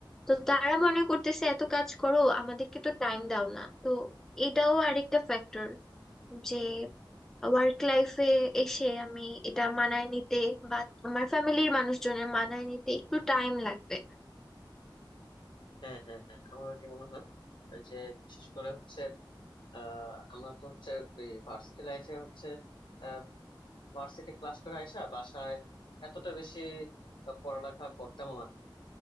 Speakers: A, in the centre; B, on the left (about 70°).
A: তো তারা মনে করতেছে এত কাজ করো আমাদেরকে তো টাইম দাও না তো এটাও আরেকটা ফ্যাক্টর যে ওয়ার্ক লাইফে এসে আমি এটা মানায় নিতে বা আমার ফ্যামিলির মানুষজনের মানায় নিতে একটু টাইম লাগবে
B: হ্যাঁ হ্যাঁ হ্যাঁ আমার ওইটি মনে হয় যে বিশেষ করে হচ্ছে আহ আমরা তো হচ্ছে ভার্সিটি লাইফে হচ্ছে আহ ভার্সিটি ক্লাস করে আইসা বাসায় এতটা বেশি পড়ালেখা করতাম না ঠিক